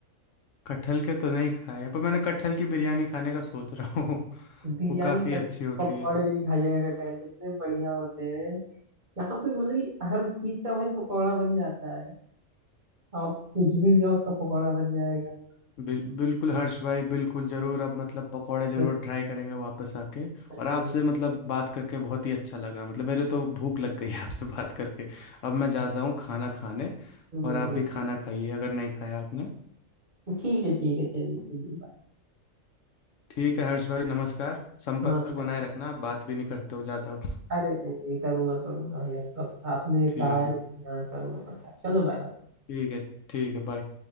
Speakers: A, on the left; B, on the right.
A: कटहल के तो नहीं खाए हैं, पर मैंने कटहल की बिरयानी खाने का सोच रहा हूँ <laughs>
B: बिरयानी
A: वो काफ़ी
B: में कट-
A: अच्छी होती
B: पकौड़े
A: है
B: भी खाइएगा कटहल के इतने बढ़िया होते हैं यहाँ पे मतलब कि हर चीज का भाई पकौड़ा बन जाता है आप कुछ भी लिया उसका पकौड़ा बन जाएगा
A: बिल, बिल्कुल हर्ष भाई बिल्कुल ज़रूर अब मतलब पकौड़े ज़रूर
B: <laughs>
A: ट्राई करेंगे वापस आके
B: नहीं
A: और आपसे मतलब बात करके बहुत ही अच्छा लगा मतलब मेरे तो भूख लग गई है आपसे बात करके अब मैं जाता हूँ खाना खाने
B: नहीं
A: और
B: नहीं
A: आप
B: नहीं।
A: भी खाना खाइए अगर नहीं खाया आपने
B: ठीक है ठीक है चलिए चलिए बाय
A: ठीक है हर्ष भाई नमस्कार संपर्क
B: नमस्कार
A: बनाए रखना आप बात भी नहीं करते हो ज़्यादा
B: अरे नहीं नहीं करूँगा करूँगा ये तो आपने
A: <laughs> ठीक
B: कहा
A: है
B: है कि हाँ करूँगा पक्का चलो बाय बाय
A: ठीक है ठीक है बाय